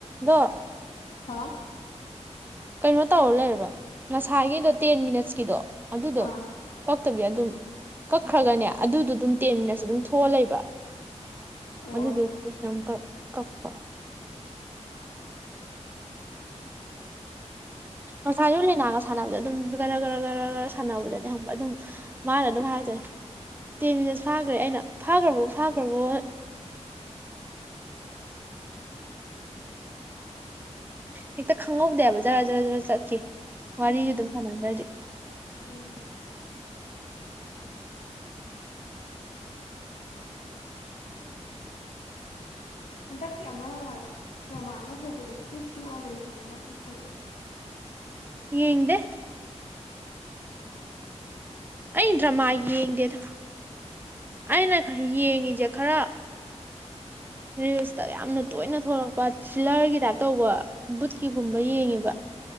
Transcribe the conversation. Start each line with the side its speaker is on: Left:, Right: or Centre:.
Right: ꯗꯥ
Left: ꯍꯥ
Right: ꯀꯩꯅꯣ ꯇꯧꯔ ꯂꯩꯔꯕ ꯉꯁꯥꯢꯒꯤꯗꯣ ꯇꯦꯟ ꯃꯤꯅꯠꯁꯀꯤꯗꯣ ꯑꯗꯨꯗꯣ
Left: ꯑꯥ
Right: ꯑꯣ ꯇꯠꯇꯕꯤ ꯑꯗꯨꯝ ꯀꯛꯈ꯭ꯔꯒꯅꯦ ꯑꯗꯨꯗꯣ ꯑꯗꯨꯝ ꯇꯦꯟ ꯃꯤꯅꯠꯁ ꯑꯗꯨꯝ ꯊꯣꯛꯑ ꯂꯩꯕ
Left: ꯑꯣ
Right: ꯑꯗꯨꯗꯣ
Left: ꯑꯣꯟ
Right: ꯑꯥ ꯑꯃꯨꯀ ꯀꯛꯄꯥ ꯉꯁꯥꯏꯁꯨ ꯂꯥꯏꯅꯥꯒ ꯁꯥꯟꯅꯕꯗ ꯑꯗꯨꯝ ꯒꯔ ꯒꯔ ꯒꯔ ꯒꯔ ꯁꯥꯟꯅꯕꯗꯅꯦ ꯈꯪꯕ꯭ꯔ ꯑꯗꯨꯝ ꯃꯥꯅ ꯑꯗꯨꯝ ꯍꯥꯏꯔꯛꯆꯩ ꯇꯦꯟ ꯃꯤꯅꯠꯁ ꯐꯥꯈ꯭ꯔꯦ ꯑꯩꯅ ꯐꯥꯒ꯭ꯔꯕꯣ ꯐꯥꯒ꯭ꯔꯕꯣ ꯍꯦꯛꯇ ꯈꯪꯍꯧꯗꯦꯕ ꯖꯔꯥ ꯖꯔꯥ ꯖꯔ ꯆꯠꯈꯤ
Left: ꯍꯩꯅꯧ
Right: ꯋꯥꯔꯤꯒꯤ ꯑꯗꯨꯝ ꯁꯅꯒ꯭ꯔꯗꯤ
Left: ꯎꯝ ꯍꯟꯗꯛꯀꯤ ꯑꯃ ꯗ꯭ꯔꯃꯥ ꯑꯃ ꯊꯣꯛꯄꯗꯣ ꯇꯤꯁ ꯌꯨ ꯑꯦ ꯂꯦꯁꯟ ꯑꯅ ꯑꯗꯨ ꯌꯦꯡꯕ꯭ꯔꯥ
Right: ꯌꯦꯡꯗꯦ
Left: <unintelligible>
Right: ꯑꯩ ꯗ꯭ꯔꯃꯥ ꯌꯦꯡꯗꯦꯗ ꯑꯩꯅ ꯈꯔ ꯌꯦꯡ ꯁꯦ ꯈꯔ ꯔꯤꯜꯁꯇ ꯌꯥꯝꯅ ꯇꯣꯏꯅ ꯊꯣꯛꯂꯛꯄ ꯊ꯭ꯔꯤꯂꯔꯒꯤ ꯇꯥꯏꯞ ꯇꯧꯕ ꯕꯨꯠꯀꯤꯒꯨꯝꯕ ꯌꯦꯡꯉꯤꯕ